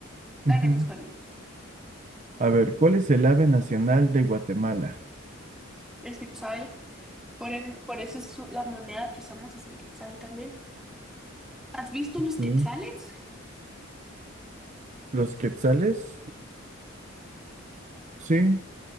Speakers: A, on the right; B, in the centre.
A: Ujú.
B: Dale, pues, Juaní.
A: A ver, ¿cuál es el ave nacional de Guatemala?
B: El quetzal. Por, en- por eso es su- la moneda que usamos es el quetzal también. ¿Has visto los quetzales?
A: Mm, ¿Los quetzales? Sí,